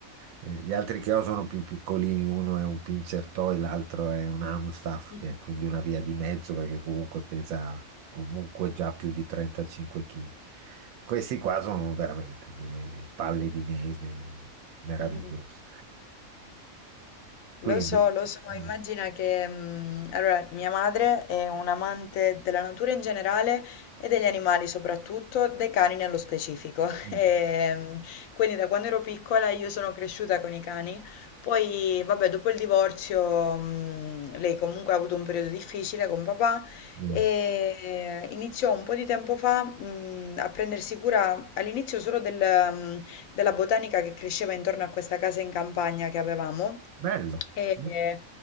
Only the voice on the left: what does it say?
Mh-mh.
Mh-mh.
Lo so, lo so,
immagina che mm, allora, mia madre è un'amante della natura in generale e degli animali soprattutto, dei cani nello specifico. <laughs>
E, mm, quindi da quando ero piccola io sono cresciuta con i cani. Poi, vabbè, dopo il divorzio, mm, lei comunque ha avuto un periodo difficile con papà
e eh, iniziò un po' di tempo fa, mm, a prendersi cura all'inizio solo del, mm, della botanica che cresceva intorno a questa casa in campagna che avevamo.
E
eh,